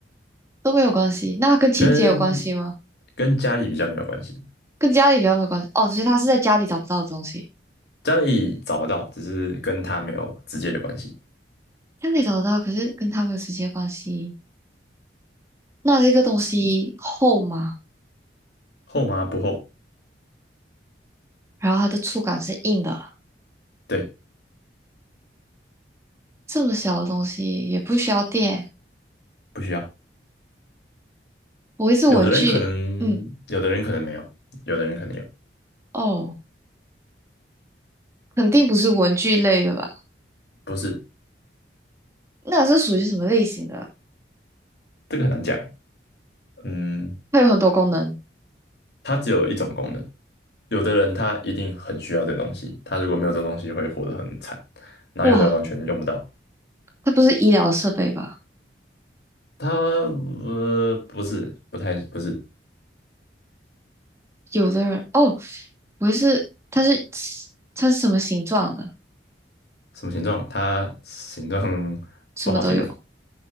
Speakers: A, on the right (about 15°); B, on the left (about 65°).
A: 都没有关系。那跟清洁有关系吗？
B: 跟跟家里比较没有关系。
A: 跟家里比较没有关系。哦，所以他是在家里找不到的东西，
B: 家里找得到，只是跟他没有直接的关系。
A: 家里找得到，可是跟他没有直接关系。那这个东西厚吗？
B: 厚吗？不厚，
A: 然后它的触感是硬的，
B: 对，
A: 这么小的东西也不需要电。
B: 不需要。
A: 不会是文具？
B: 有的人可能，
A: 嗯，
B: 有的人可能没有，有的人可能有，
A: 哦，肯定不是文具类的吧？
B: 不是，
A: 那是属于什么类型的？
B: 这个很难讲欸嗯，
A: 它有很多功能。
B: 我它只有一种功能。有的人他一定很需要这个东西，他如果没有这个东西会活得很惨。然后有的人完全用不到，
A: 哇，它不是医疗设备吧？
B: 它呃不是，不太不是
A: 有的人哦，不是它是它是什么形状的？
B: 什么形状，它形状不好形容，
A: 什么都有。